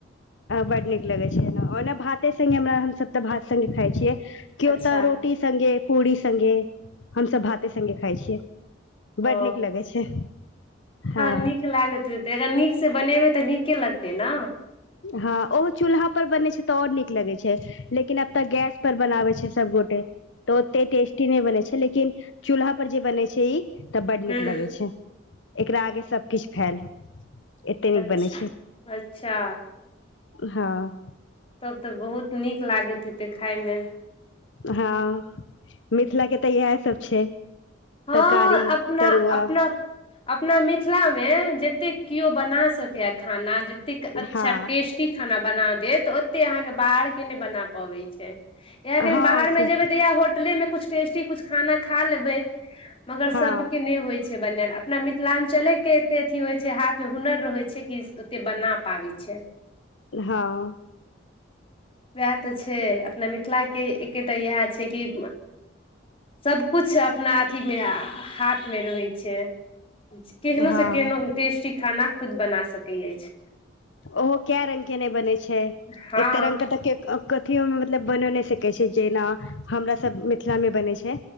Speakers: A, on the left; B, on the left.
A: बड्ड नीक लगै छै ओना भाते सगे हम हमसभ तऽ भात संगे खाई छियै केओ
B: अच्छा
A: तऽ रोटी संगे पूड़ी संगे हमसब भाते सगे खाय छियै
B: ओ
A: बड नीक लगै छै हँ
B: नीक लागैत अगर नीक से बनेबै तऽ नीके लगतै ने
A: हँ ओहो चूल्हा पर बनै छै तऽ और नीक लगै छै लेकिन अब तऽ गैस पर बनाबे छै सबगोटे तऽ ओते टेस्टी नहि बनै छै लेकिन चूल्हा पर जे बने छै ई तऽ बड्ड
B: हूँ
A: नीक लगै छै एकरा आगे सबकिछ फैल नीक
B: अचछ
A: बनै छै
B: अच्छा
A: हँ
B: तब तऽ बहुत नीक लागैत हेते खाय मे
A: हँ मिथिला के तऽ इएह सब छै
B: हँ
A: तरकारी
B: अपना
A: तरुआ
B: अपना अपना मिथिलामे जतेक केओ बना सकैए खाना एतेक अच्छा
A: हँ
B: टेस्टी खाना बना दे तऽ ओते अहाँके बाहर के नहि बना पबै छै जाए दिहि
A: हँ
B: बाहरं
A: से
B: जेबे त यहा होटलें कुछ टेस्ट कुछ खाना खा लेबै मगर
A: हँ
B: सब के ने होइ छै बनाल अपना मिथिलां्चले के एते अथी होइ छै हाथ मे हुनर रहै छै कि से बना पाबै छै
A: हँ
B: उएह तऽ छै अपना मिथिलाके एकेटा इएह छै कि सब कुछ अपना अथी मे हाथ मे रहै छै केहनो
A: हँ
B: से केहनो टेस्टी खाना खुद बना सकैत अछि
A: ओहो क रंग के नहि बने छै
B: हँ
A: एते रंगग के तऽ अ मे मतलब बन नहि सकैत छै जेना हमरा सब मिथिला मे बनै छ